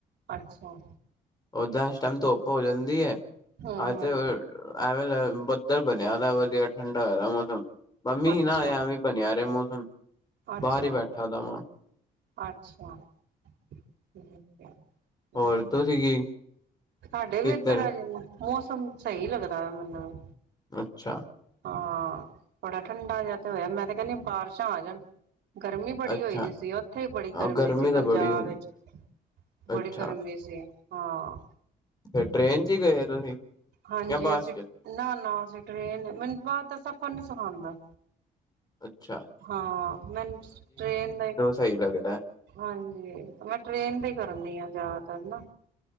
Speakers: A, on the right; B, on the left.
A: ਅੱਛਾ
B: ਉਦਾਂ ਇਸ ਟਾਈਮ ਧੁੱਪ ਹੋ ਜਾਦੀ ਹੈ।
A: ਹੂੰ ਹੂੰ
B: <unintelligible> ਐਵੇ ਬੱਦਲ ਬਣਿਆ ਦਾ ਵਧੀਆ ਠੰਡਾ ਹੋ ਆਦਾ ਮੌਸਮ ਮੰਮੀ
A: ਅੱਛਾ
B: ਨਾ ਆਵੇ- ਬਣਿਆ ਰਹੇ ਮੌਸਮ
A: ਅੱਛਾ
B: ਬਾਹਰ ਹੀ ਬੈਠਾ ਦਾ ਵਾ-
A: ਅੱਛਾ ਠੀਕ ਹੈ।
B: ਹੋਰ
A: ਵਧੀਆ
B: ਤੁਸੀਂ ਕੀ।
A: ਸਾਡੇ ਵੀ
B: ਕਿੱਧਰ
A: ਇੱਧਰ ਹੈਗੇ ਮੌਸਮ ਸਹੀ ਲੱਗਦਾ ਮੈਨੂੰ-
B: ਅੱਛਾ।
A: ਹਾਂ ਬੜਾ ਠੰਡਾ ਜਿਹਾ ਤੇ ਹੋਇਆ ਮੈ ਤੇ ਕਹਿੰਦੀਆ ਬਾਰਿਸ਼ਾਂ ਆ ਜਾਣ- ਗਰਮੀ ਬੜੀ
B: ਅੱਛਾ
A: ਹੋਈ ਦੀ ਸੀ ਉਥੇ ਹੀ ਬੜੀ
B: ਹਾਂ
A: ਗਰਮੀ ਸੀ
B: ਤਾਂ
A: ਪੰਜਾਬ
B: ਬੜੀ ਹੋਈ
A: ਵਿਚ- ਬੜੀ
B: ਅੱਛਾ
A: ਗਰਮੀ ਸੀ ਹਾਂ।
B: ਫਿਰ ਟ੍ਰੇਨ 'ਚ ਹੀ ਗਏ ਤੁਸੀਂ
A: ਹਾਂਜੀ
B: ਜਾਂ ਬੱਸ
A: ਅਸੀਂ
B: ਚ
A: ਨਾ- ਨਾ ਅਸੀਂ ਟਰੇਨ ਮੈਨੂੰ ਬਾਹਰ ਦਾ ਸਫ਼ਰ ਨੀ ਸਿਖਾਉਦਾ-
B: ਅੱਛਾ
A: ਹਾਂ ਮੈਨੂੰ ਟ੍ਰੇਨ ਦਾ ਇੱਕ
B: ਸਈ ਲੱਗਦਾ-
A: ਹਾਂਜੀ ਮੈ ਟ੍ਰਰੇਨ ਤੇ ਹੀ ਕਰਨੀ ਆ ਜਿਆਦਾ ਤਰ ਨਾ-